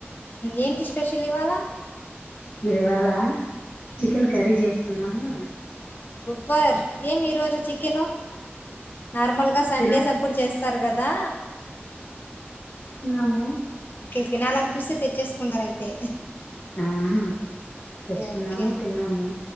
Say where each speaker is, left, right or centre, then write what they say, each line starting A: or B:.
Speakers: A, on the left; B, on the left.
A: ఏంటి స్పెషల్ ఇవాలా
B: ఇరువాలా చికెన్
A: హ్మ్.
B: కర్రీ జేసుకున్నాము
A: పర్ ఏమి ఈ రోజు చికెను నార్మల్ గా సండేస్
B: తిన
A: అప్పుడు చేస్తారు కదా
B: నమో
A: తినాలి అనిపిస్తే తెచ్చేసుకుంటారు అయితే
B: ఆ హ తెచ్చుకున్నాము
A: ఓకే.
B: తిన్నాము